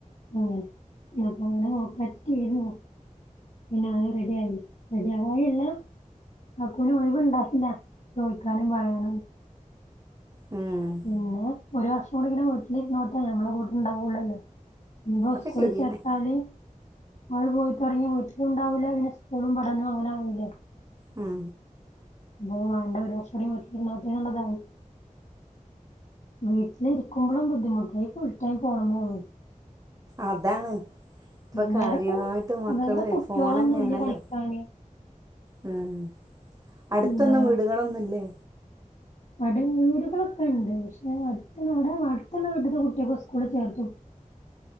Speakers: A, on the left; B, on the right.
A: ഹും അപ്പൊ അങ്ങനെ നോകാച്ചിട്ട് എയ്ന്നു പിന്ന അത് റെഡി ആയി റെഡി ആവായി അല്ല. കാകുന് ഒഴിവുണ്ടായില്ല ചോയ്ക്കാനും പറയാനും
B: ഉഹും
A: പിന്നെ ഒരു വർഷം കൂടി ഇങ്ങനെ വീട്ടിൽ ഇരുന്നോട്ടെ ഞമ്മളെ കൂടെ ണ്ടാവുള്ളല്ലോ? ഇന്നോ
B: ഒക്കെ
A: സ്കൂളിൽ
B: ശരിയന്നെ
A: ചേർത്താന് അവള് പോയി തുടങ്ങിയ വീട്ടിലുണ്ടാവില്ല പിന്നെ സ്കൂളും പഠനവും അങ്ങനെ ആവുലേ
B: ഹും
A: അപ്പൊ വേണ്ട ഒരു വർഷകൂടി വീട്ടിലിരുന്നോട്ടെ എന്നുള്ളതായി വീട്ടില് ഇരിക്കുമ്പോളൂം ബുദ്ധിമുട്ടാ ഈ ഫുൾ ടൈം ഫോൺമെ ഓള്
B: അതാണ് ഇപ്പൊ കാര്യയായിട്ട്
A: വേറെ കു
B: മക്കള്
A: വേറെ കുട്ട്യോളൊന്നും
B: ഫോൺ ന്നെയാണല്ലോ
A: ഇല്ല കളിക്കാന്
B: ഹും അടുത്തൊന്നും
A: എന്താ
B: വീടുകളൊന്നുയില്ലേ?
A: വടെ വീടുകളൊക്കെ ഇണ്ട്. പക്ഷെ അടുത്തവിടെ അടുത്തുള്ള വീട്ട്ത്തെ കുട്ടിയോക്കെ സ്കൂളിൽ ചേർത